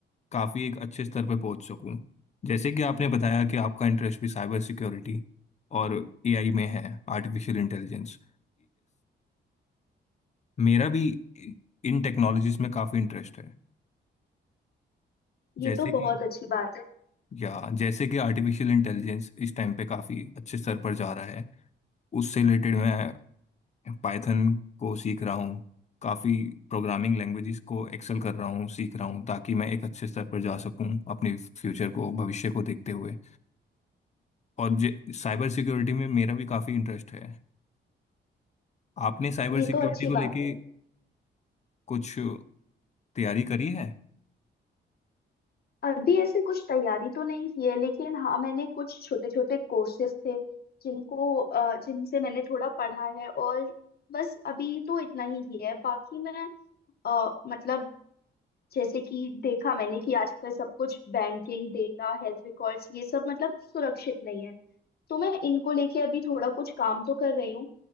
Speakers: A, on the left (about 35°); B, on the left (about 55°).
A: काफी एक अच्छे स्तर पर पहुंच सकूँ जैसे कि आपने बताया कि आपका इंटरेस्ट भी साइबर सिक्योरिटी और एआई में है आर्टिफिशियल इंटेलिजेंस मेरा भी इन टेक्नोलॉजीज में काफ़ी इंटरेस्ट है
B: ये
A: जैसे
B: तो
A: कि
B: बहुत अच्छी बात है
A: या जैसे कि आर्टिफिशियल इंटेलिजेंस इस टाइम पे काफ़ी अच्छे स्तर पर जा रहा है उससे रिलेटेड मैं पाइथन को सीख रहा हूँ काफ़ी प्रोग्रामिंग लैंग्वेजेस को एक्सेल कर रहा हूँ सीख रहा हूँ ताकि मैं एक अच्छे स्तर पर जा सकूँ अपने फ्यूचर को भविष्य को देखते हुए और जे साइबर सिक्योरिटी में मेरा भी काफ़ी इंटरेस्ट है आपने साइबर
B: ये
A: सिक्योरिटी
B: तो अच्छी
A: को
B: बात
A: लेके
B: है
A: कुछ तैयारी करी है
B: अभी ऐसे कुछ तैयारी तो नहीं की है लेकिन हाँ मैंने कुछ छोटे छोटे कोर्सेज थे जिनको अ, जिनसे मैंने थोड़ा पढ़ा है और बस अभी तो इतना ही किया है बाकी मैं अ, मतलब जैसे कि देखा मैंने कि आजकल सब कुछ बैंकिंग डेटा हेल्थ रिकॉर्ड्स ये सब मतलब सुरक्षित नहीं है तो मैं इनको लेके अभी थोड़ा कुछ काम तो कर रही हूँ